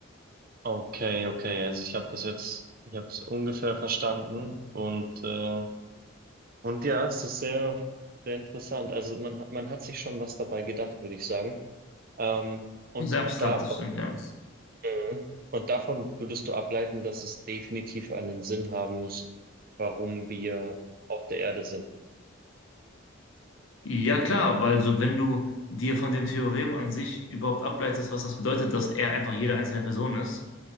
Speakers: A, on the right; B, on the left.
A: Okay, okay. Also ich habe das jetzt, ich habe es ungefähr verstanden und äh, und ja, es ist sehr, sehr interessant. Also man hat- man hat sich schon was dabei gedacht, würde ich sagen. Ähm, und
B: Sehr abstrakt,
A: davon
B: das stimmt, ja.
A: Mhm. Und davon würdest du ableiten, dass es definitiv einen Sinn haben muss, warum wir auf der Erde sind.
B: Ja, klar, weil so, wenn du dir von dem Theorem an sich überhaupt ableitest, was das bedeutet, dass er einfach jede einzelne Person ist,